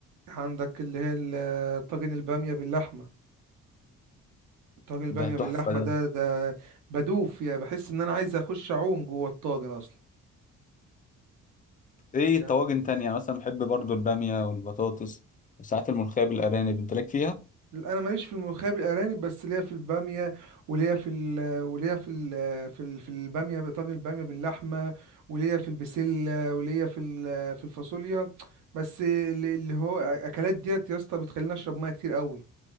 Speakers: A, on the right (about 85°); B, on the left (about 25°).
A: عندك اللي هي ال- طاجن البامية باللحمة طاجن البامية
B: ده
A: باللحمة
B: تحفه ده
A: ده ده بدوف يعني بحس ان انا عايز اخش اعوم جوه الطاجن اصلا
B: ايه
A: يعني
B: طواجن تانية مثلا بحب برضو الباميه والبطاطس وساعات الملوخيه بالارانب انت ليك فيها
A: انا ماليش في الملوخية بالارانب بس ليا في البامية وليا في ال وليا في ال في ال في البامية طاجن البامية باللحمة وليا في البسلة وليا في ال- في الفاصوليا بس اللي اللي هو اكلات ديت يا اسطى بتخليني اشرب ميه كتير قوي